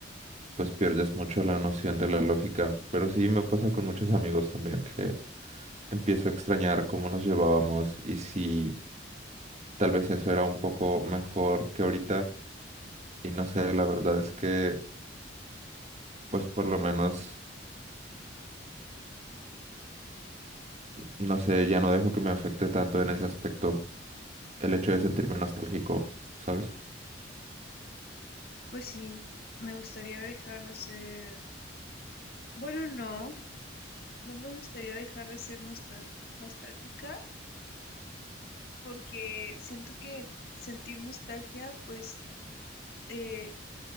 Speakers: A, on the right; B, on the left.
A: pues pierdes mucho la noción de la lógica. Pero sí me pasa con muchos amigos también que empiezo a extrañar cómo nos llevábamos y si Tal vez eso era un poco mejor que ahorita. Y no sé, la verdad es que, pues por lo menos, no sé, ya no dejo que me afecte tanto en ese aspecto el hecho de sentirme nostálgico, ¿sabes?
B: Pues sí, me gustaría dejar de ser, bueno, no, no me gustaría dejar de ser nostal- nostálgica porque siento que sentir nostalgia, pues, eh,